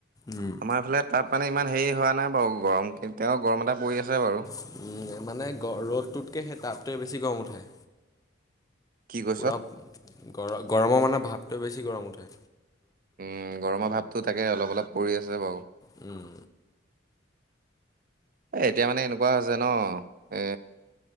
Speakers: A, on the left; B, on the right.
A: উম,
B: আমাৰ এইফালে তাব মানে ইমান হেৰি হোৱা নাই বাৰু। গৰম এতিয়াও গৰম মানে পৰি আছে বাৰু।
A: উম, মানে গ ৰ'দটোতকৈ সেই টাপটোৱে বেছি গৰম উঠে।
B: কি কৈছ
A: পূৰা গ গৰমৰ মানে ভাৱটোৱে বেছি গৰম উঠে।
B: উম, গৰমৰ ভাৱতটো তাকে অলপ-অলপ পৰি আছে বাৰু।
A: উম,
B: এ এতিয়া মানে এনেকুৱা হৈছে ন এ